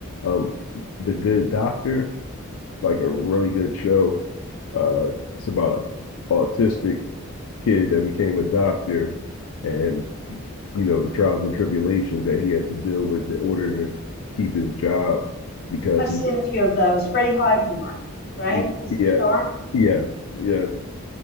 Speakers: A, on the left; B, on the left.
A: um The Good Doctor. like a really good show. Uh, it's about an autistic kid that became a doctor, and you know the trials and tribulations that he has to deal with in order to keep his job because
B: I've
A: he,
B: seen a few of those. Freddie Highmore, right?
A: he
B: He's
A: yeah
B: the star.
A: yes yes